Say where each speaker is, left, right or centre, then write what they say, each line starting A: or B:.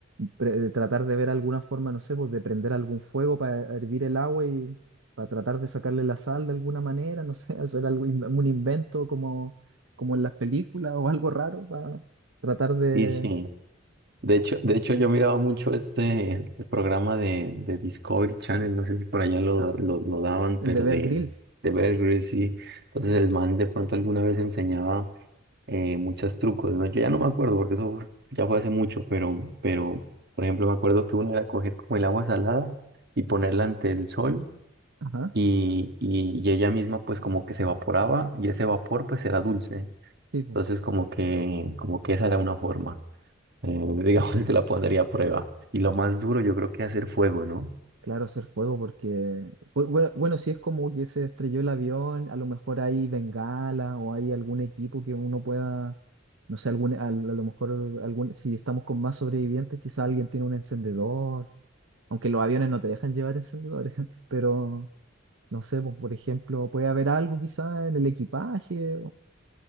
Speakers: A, on the right (about 70°); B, on the right (about 55°).
A: pre- tratar de ver alguna forma, no sé, pues de prender algún fuego para hervir el agua y para tratar de sacarle la sal de alguna manera, no sé, <laughs> hacer algo, in- un invento como, como en las películas o algo raro para tratar de,
B: Y sí, de hecho, de hecho yo miraba mucho este programa de, de Discovery Channel, no sé si por allá lo,
A: ah,
B: lo, lo daban,
A: de
B: pero
A: ver
B: de,
A: grills.
B: de Bear Grylls, y entonces el man de pronto alguna vez enseñaba eh, muchos trucos, ¿no? Yo ya no me acuerdo porque eso ya fue hace mucho, pero, pero por ejemplo me acuerdo que uno era coger como el agua salada y ponerla ante el sol
A: Ajá,
B: y, y, y ella misma pues como que se evaporaba y ese vapor pues era dulce.
A: sí, pues.
B: Entonces como que, como que esa era una forma, eh, <laughs> digamos que la pondría a prueba. Y lo más duro yo creo que hacer fuego, ¿no?
A: Claro, hacer fuego porque, bu- bueno, bueno, si es como que se estrelló el avión, a lo mejor hay bengala o hay algún equipo que uno pueda, no sé, algún, al- a, lo mejor algún, si estamos con más sobrevivientes, quizá alguien tiene un encendedor, aunque los aviones no te dejan llevar encendedores, <laughs> pero no sé, pues, por ejemplo, puede haber algo quizá en el equipaje,